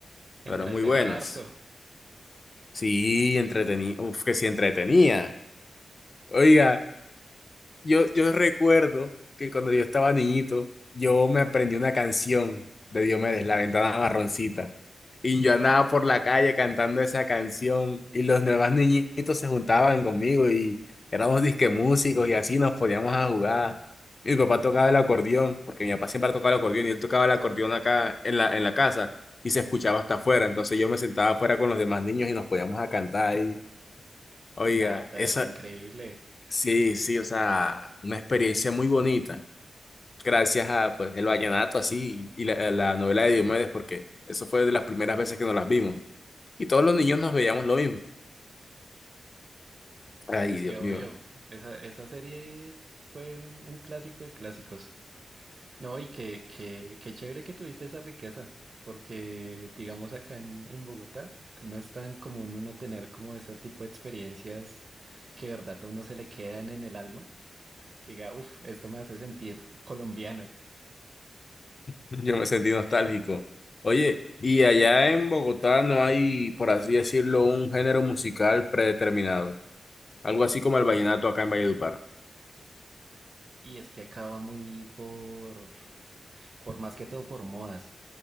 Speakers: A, on the right; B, on the left.
A: Entretenía
B: pero muy buenas.
A: harto.
B: Sí, entretenía, uf, que sí entretenía. Oiga, Yo, yo recuerdo que cuando yo estaba niñito, yo me aprendí una canción de Diomedes, La Ventana Marroncita. Y yo andaba por la calle cantando esa canción y los demás niñitos se juntaban conmigo y éramos disque músicos y así nos poníamos a jugar. Mi papá tocaba el acordeón, porque mi papá siempre tocaba el acordeón y él tocaba el acordeón acá en la, en la casa y se escuchaba hasta afuera. Entonces yo me sentaba afuera con los demás niños y nos poníamos a cantar ahí. Oiga,
A: Nah, pero
B: eso,
A: qué increíble.
B: Sí, sí, o sea, una experiencia muy bonita, gracias a pues el vallenato así y la, la novela de Diomedes, porque eso fue de las primeras veces que nos las vimos. Y todos los niños nos veíamos lo mismo. Ay,
A: Es
B: Dios
A: que obvio,
B: mío,
A: esa, esa serie fue un, un clásico de clásicos. No, y qué, qué, qué chévere que tuviste esa riqueza, porque digamos acá en, en Bogotá no es tan común uno tener como ese tipo de experiencias que de verdad a uno se le quedan en el alma. que diga, uff, esto me hace sentir colombiano.
B: <laughs> yo me sentí nostálgico. Oye, ¿y allá en Bogotá no hay, por así decirlo, un género musical predeterminado? Algo así como el vallenato acá en Valledupar.
A: Y es que acaba muy por, por más que todo por modas.